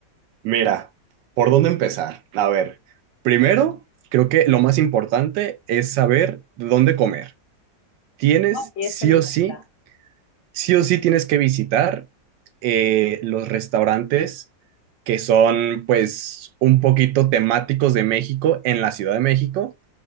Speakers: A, on the right (about 85°); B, on the left (about 85°).
A: Mira, ¿por dónde empezar? A ver, primero, creo que lo más importante es saber dónde comer. Tienes
B: Y
A: sí
B: eso me
A: o
B: encanta.
A: sí, sí o sí tienes que visitar eh, los restaurantes que son pues un poquito temáticos de México en la Ciudad de México